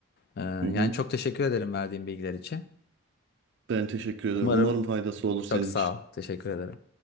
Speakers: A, on the left; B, on the right.
A: E, yani
B: Hı hı.
A: çok teşekkür ederim verdiğin bilgiler için.
B: Ben teşekkür ederim.
A: Umarım
B: Umarım faydası olur senin
A: çok sağ
B: için.
A: ol. Teşekkür ederim.